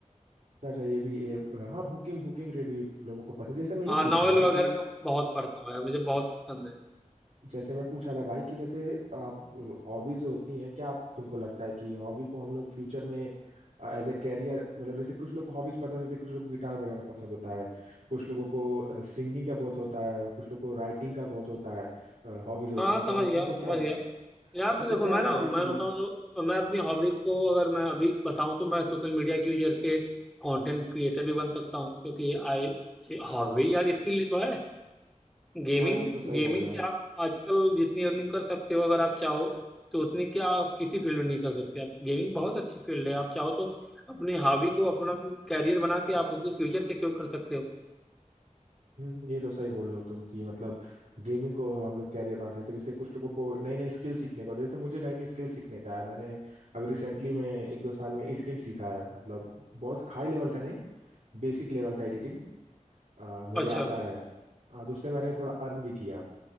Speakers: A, on the right (about 65°); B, in the centre.
A: करना चाहिए भी ये हाँ बुकिंग बुकिंग रेट भी लोगों को पसंद है जैसे मैं ये
B: हाँ
A: पूछ
B: नॉवेल
A: रहा था
B: वगैरह
A: कि
B: मैं बहुत पढ़ता हूँ यार मुझे बहुत पसंद है
A: जैसे मैं पूछा था भाई कि जैसे आप हॉबीज जो होती हैं क्या आप तुमको लगता है कि हॉबी को हम लोग फ्यूचर में एज ए कैरियर मतलब जैसे कुछ लोग को हॉबीज पसंद होती है कुछ लोग गिटार बजाना पसंद होता है कुछ लोगों को सिंगिंग का बहुत होता है कुछ लोगों को राइटिंग का बहुत होता है हॉबीज होती
B: हाँ
A: हैं
B: समझ
A: तो आप
B: गया
A: तुमको
B: समझ
A: क्या
B: गया यार तो
A: तुमको
B: देखो
A: क्या
B: मैं
A: लगता
B: ना
A: है
B: मैं
A: कि
B: बताऊं तो मैं अपनी हॉबी को अगर मैं अभी बताऊं तो मैं सोशल मीडिया के यूजर के कंटेंट क्रिएटर भी बन सकता हूं क्योंकि आई हॉबी यार इसके लिए तो है गेमिंग
A: हाँ ये तो सही
B: गेमिंग
A: बोल रहे
B: से
A: हो
B: आप आजकल जितनी अर्निंग कर सकते हो अगर आप चाहो तो उतनी क्या किसी फील्ड में नहीं कर सकते आप गेमिंग बहुत अच्छी फील्ड है आप चाहो तो अपनी हॉबी को अपना कैरियर बना के आप उसे फ्यूचर सिक्योर कर सकते हो
A: हम्म, ये तो सही बोल रहे हो तुम कि मतलब गेमिंग को हम लोग कैरियर बना सकते हैं जैसे कुछ लोगों को नई नई स्किल सीखने को जैसे मुझे नई नई स्किल सीखने का है मैंने अभी रिसेंटली में एक दो साल में एडिटिंग सीखा है मतलब बहुत हाई लेवल का नहीं बेसिक लेवल का एडिटिंग मुझे
B: अच्छा
A: आता है आ, तो उससे मैंने थोड़ा अर्न भी किया